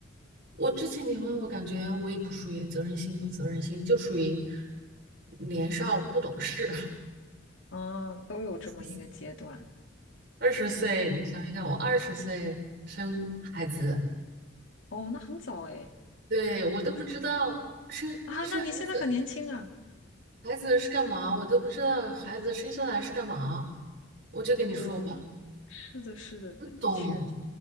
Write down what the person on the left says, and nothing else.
啊，都有这么一个阶段。
哦，那很早哎，
啊，那你现在很年轻啊。
哦，是的，是的，
的确，